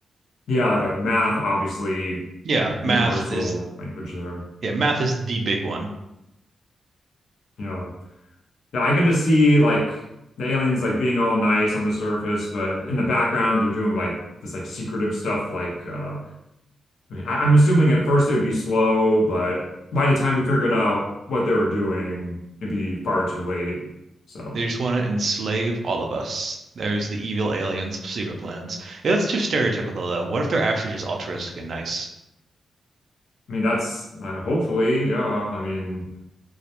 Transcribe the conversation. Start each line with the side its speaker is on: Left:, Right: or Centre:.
Left: Yeah, like math, obviously,
Right: Yeah,
Left: like universal
Right: math is
Left: language there.
Right: yeah, math is the big one.
Left: Yeah. Yeah, I can just see like the aliens like being all nice on the surface, but in the background they're doing like this like secretive stuff. Like uh I mean I I'm assuming at first it would be slow, but by the time we figured out what they were doing, it'd be far too late. So
Right: They just want to enslave all of us. There's the evil aliens' secret plans. Yeah, that's too stereotypical though. What if they're actually just altruistic and nice?
Left: I mean that's uh, hopefully, yeah. I mean